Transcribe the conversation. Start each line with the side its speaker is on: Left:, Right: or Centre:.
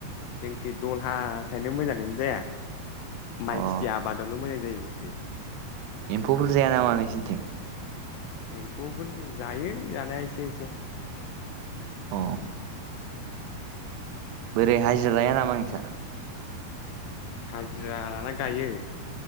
Left: जोंखै दलहा। ओंखायनो मोजांङैनो जाया माइ
Right: अ
Left: खेथि आबादावल' मोजां जायो जोंखै।
Right: एम्फौफोर जाया नामा नोंसिनिथिं?
Left: एम्फौफोर जायो जानाया एसे एसे।
Right: औ। बोरै हाजिरा लाया नामा नोंसा?
Left: हाजिरा लाना गायो।